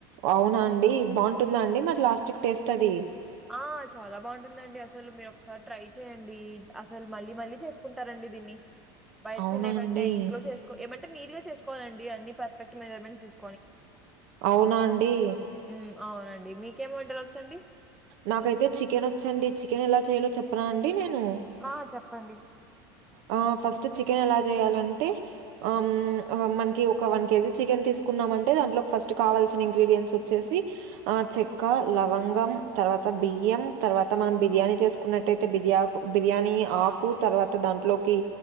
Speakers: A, on the right; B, in the centre.
A: అవునండి బాగుంటుందా అండి మరి లాస్ట్కి టేస్ట్ అది
B: ఆ చాలా బాగుంటుందండి అసలు మీరు ఒకసారి ట్రై చేయండి అసలు మళ్ళీ మళ్ళీ చేసుకుంటారండి దీన్ని బయట
A: అవునా
B: తినే కంటే
A: అండి?
B: ఇంట్లో చేసుకో ఏమంటే నీట్ గా చేసుకోవాలండి అన్ని పర్ఫెక్ట్ మెజర్మెంట్స్ తీస్
A: అవునా అండి
B: మ్మ్ అవునండి మీకేం వంటలచ్చండి
A: నాకైతే చికెన్ వచ్చండి చికెన్ ఎలా చేయాలో చెప్పనా అండి నేను
B: ఆ చెప్పండి
A: ఆ ఫస్ట్ చికెన్ ఎలా చేయాలంటే అమ్ మనకి ఒక వన్ కేజీ చికెన్ తీసుకున్నామంటే దాంట్లోకి ఫస్ట్ కావాల్సిన ఇంగ్రీడియంట్స్ వచ్చేసి ఆ చెక్క లవంగం తర్వాత బియ్యం తర్వాత మనం బిర్యానీ చేసుకున్నట్టయితే బిర్యాకు బిర్యానీ
B: ఆ!
A: ఆకు తర్వాత దాంట్లోకి